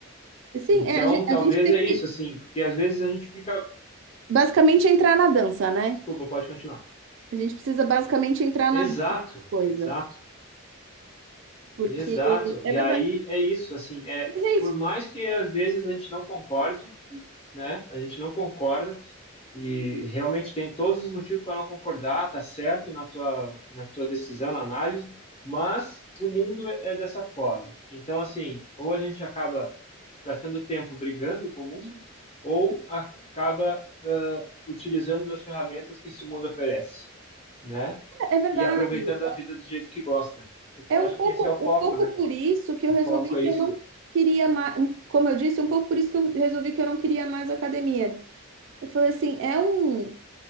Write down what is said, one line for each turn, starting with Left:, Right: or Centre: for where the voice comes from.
Right: Sim,
Left: Então,
Right: é, a gen-
Left: talvez
Right: a gente tem
Left: é isso,
Right: que
Left: assim, porque às vezes a gente fica.
Right: basicamente entrar na dança, né?
Left: Desculpa, pode continuar.
Right: A gente precisa basicamente entrar
Left: Exato,
Right: na dança, coisa.
Left: exato.
Right: Porque
Left: Exato. E
Right: é
Left: aí
Right: verdade.
Left: é isso, assim, é
Right: Mas é isso,
Left: por mais que às vezes a gente não concorde, né? A gente não concorda e realmente tem todos os motivos para não concordar, tá certo na tua na tua decisão, na análise, mas o mundo é dessa forma. Então, assim, ou a gente acaba gastando tempo brigando com o mundo, ou acaba ah, utilizando as ferramentas que esse mundo oferece, né?
Right: é verdade.
Left: E aproveitando a vida do jeito que gosta. Porque
Right: É
Left: eu
Right: um
Left: acho
Right: pouco,
Left: que esse é o foco,
Right: um pouco
Left: né?
Right: por isso que
Left: O
Right: eu resolvi
Left: foco é
Right: que
Left: isso.
Right: eu não queria mais, como eu disse, um pouco por isso que eu resolvi que eu não queria mais academia. Eu falei assim, é um